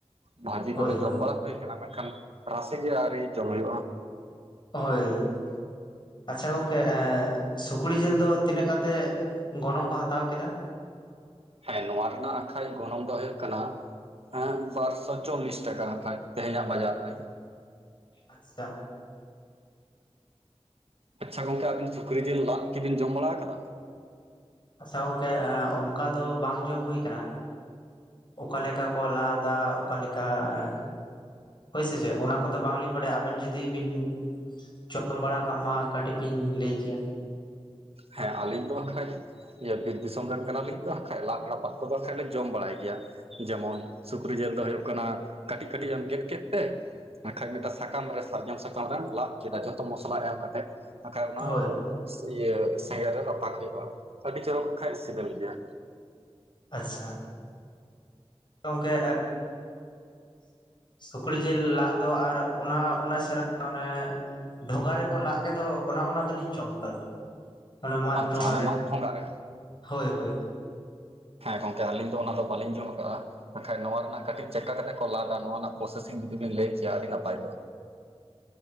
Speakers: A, on the right (about 65°); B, on the left (about 45°).
A: ᱵᱷᱟᱹᱡᱤ
B: ᱦᱳᱭ
A: ᱠᱚᱫᱚ
B: ᱦᱳᱭ
A: ᱡᱚᱢ ᱵᱟᱲᱟ ᱦᱩᱭᱩ ᱟᱠᱟᱱᱟ ᱢᱮᱱ ᱠᱷᱟᱱ ᱨᱟᱥᱮ ᱜᱮ ᱟᱹᱣᱨᱤ ᱡᱚᱢ ᱦᱩᱭᱩᱜᱼᱟ᱾
B: ᱦᱳᱭ ᱟᱪᱪᱷᱟ ᱜᱚᱝᱠᱮ ᱥᱩᱠᱨᱤ ᱡᱮᱞ ᱫᱚ ᱛᱤᱱᱟᱹᱜ ᱠᱟᱛᱮ ᱜᱚᱱᱚᱝ ᱠᱚ ᱦᱟᱛᱟᱣ ᱠᱮᱫᱟ?
A: ᱦᱮᱸ ᱱᱚᱣᱟ ᱨᱮᱱᱟᱜ ᱟᱸᱠᱷᱟᱡ ᱜᱚᱱᱚᱝ ᱫᱚ ᱦᱩᱭᱩᱜ ᱠᱟᱱᱟ ᱦᱮᱸ ᱵᱟᱨᱥᱚ ᱪᱚᱞᱞᱤᱥ ᱴᱟᱠᱟ ᱠᱷᱟᱡ ᱛᱮᱦᱮᱧᱟᱜ ᱵᱟᱡᱟᱨ ᱨᱮ᱾
B: ᱟᱪᱪᱷᱟ
A: ᱟᱪᱪᱷᱟ ᱜᱚᱝᱠᱮ ᱟᱵᱤᱱ ᱥᱩᱠᱨᱤ ᱡᱤᱞ ᱞᱟᱫ ᱠᱚᱵᱤᱱ ᱡᱚᱢ ᱵᱟᱲᱟ ᱟᱠᱟᱫᱟ?
B: ᱟᱪᱪᱷᱟ ᱜᱚᱝᱠᱮ ᱚᱱᱠᱟ ᱫᱚ ᱵᱟᱝ ᱡᱚᱢ ᱦᱳᱭ ᱠᱟᱱᱟ᱾ ᱚᱠᱟ ᱞᱮᱠᱟ ᱠᱚ ᱞᱟᱫᱟ ᱚᱠᱟ ᱞᱮᱠᱟ ᱮ ᱦᱳᱭ ᱥᱮ ᱪᱮᱫ ᱚᱱᱟ ᱠᱚᱫᱚ ᱵᱟᱝᱞᱤᱧ ᱵᱟᱰᱟᱭᱟ ᱟᱹᱵᱤᱱ ᱡᱩᱫᱤ ᱵᱤᱱ ᱡᱚᱢ ᱵᱟᱲᱟ ᱠᱟᱜ ᱢᱟ ᱠᱟᱹᱴᱤᱡ ᱵᱤᱱ ᱞᱟᱹᱭ ᱠᱮᱭᱟ᱾
A: ᱦᱮᱸ ᱟᱞᱤᱧ ᱫᱚ ᱠᱷᱟᱡ ᱤᱭᱟᱹ ᱵᱤᱨ ᱫᱤᱥᱚᱢ ᱨᱮᱱ ᱠᱟᱱᱟᱞᱤᱧ ᱛᱚ ᱠᱷᱟᱡ ᱞᱟᱫ ᱨᱟᱯᱟᱜ ᱠᱚᱫᱚ ᱠᱷᱟᱡ ᱞᱮ ᱡᱚᱢ ᱵᱟᱲᱟᱭ ᱜᱮᱭᱟ᱾ ᱡᱮᱢᱚᱱ ᱥᱩᱠᱨᱤ ᱡᱤᱞ ᱫᱚ ᱦᱩᱭᱩᱜ ᱠᱟᱱᱟ ᱠᱟᱹᱴᱤᱡ ᱠᱟᱹᱴᱤᱡ ᱮᱢ ᱜᱮᱫ ᱠᱮᱫ ᱛᱮ ᱵᱟᱠᱷᱟᱡ ᱢᱤᱫᱴᱟᱝ ᱥᱟᱠᱟᱢ ᱨᱮ, ᱥᱟᱨᱡᱚᱢ ᱥᱟᱠᱟᱢ ᱨᱮᱢ ᱞᱟᱫ ᱠᱮᱫᱟ ᱡᱷᱚᱛᱚ ᱢᱚᱥᱞᱟ ᱮᱢ ᱠᱟᱛᱮᱫ᱾ ᱵᱟᱠᱷᱟᱡ ᱚᱱᱟ
B: ᱦᱳᱭ
A: ᱟᱫᱚ ᱤᱭᱟᱹ ᱥᱮᱸᱜᱮᱞ ᱨᱮ ᱨᱟᱯᱟᱜ ᱦᱩᱭᱩᱜᱼᱟ ᱟᱹᱰᱤ ᱪᱚᱨᱚᱠ ᱠᱷᱟᱡ ᱥᱤᱵᱤᱞ ᱜᱮᱭᱟ᱾
B: ᱟᱪᱪᱷᱟ ᱜᱚᱢᱠᱮ ᱥᱩᱠᱨᱤ ᱡᱤᱞ ᱞᱟᱜ ᱫᱚ ᱟᱨ ᱚᱱᱟ ᱚᱱᱟ ᱪᱷᱟᱲᱟ ᱚᱱᱮ ᱰᱷᱚᱸᱜᱟ ᱨᱮᱠᱚ ᱞᱟᱜ ᱜᱮᱫᱚ ᱚᱱᱟ ᱚᱱᱟ ᱫᱚᱞᱤᱧ ᱡᱚᱢ ᱠᱟᱜ ᱚᱱᱟ ᱢᱟᱫ
A: ᱟᱪᱪᱷᱟ
B: ᱴᱷᱚᱸᱜᱟ
A: ᱦᱟᱱᱮ
B: ᱨᱮ,
A: ᱢᱟᱫ ᱴᱷᱚᱸᱜᱟ ᱨᱮ
B: ᱦᱳᱭ ᱦᱳᱭ
A: ᱦᱮᱸ ᱜᱚᱝᱠᱮ ᱟᱹᱞᱤᱧ ᱫᱚ ᱚᱱᱟ ᱫᱚ ᱵᱟᱹᱞᱤᱧ ᱡᱚᱢ ᱟᱠᱟᱜᱼᱟ᱾ ᱵᱟᱠᱷᱟᱡ ᱱᱚᱣᱟ ᱨᱮᱱᱟᱜ ᱠᱟᱹᱴᱤᱡ ᱪᱮᱫᱠᱟ ᱠᱟᱛᱮ ᱠᱚ ᱞᱟᱫᱟ ᱱᱚᱣᱟ ᱨᱮᱱᱟᱜ ᱯᱨᱚᱥᱮᱥᱤᱝ ᱡᱩᱫᱤ ᱵᱤᱱ ᱞᱟᱹᱭ ᱠᱮᱭᱟ ᱟᱹᱰᱤ ᱱᱟᱯᱟᱭ ᱠᱚᱜᱼᱟ᱾